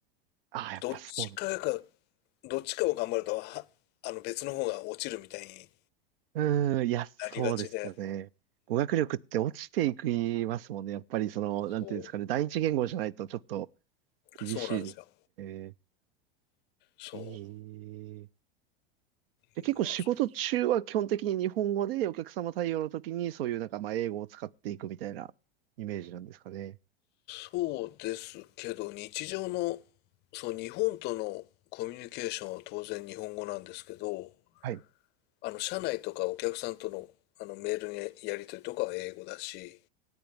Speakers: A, on the right; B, on the left.
A: あ、ああ、やっぱそうな
B: どっちかが、どっちかを頑張ると、は、あの別の方が落ちるみたいに
A: うーん、いや、そうですよね。
B: なりがちで、
A: 語学力って落ちていきますもんね。やっぱりその、なんていうんですかね、
B: そう。
A: 第一言語じゃないとちょっと厳しいですね。
B: そうなんですよ。そ
A: えー、で、
B: う。
A: 結構仕事中は基本的に日本語でお客様対応の時にそういうなんかまあ英語を使っていくみたいなイメージなんですかね。
B: まあ、そそうですけど、日常の、そう、日本とのコミュニケーションは当然日本語なんですけど、
A: はい。
B: あの、社内とかお客さんとの、あの、メールのやり取りとかは英語だし、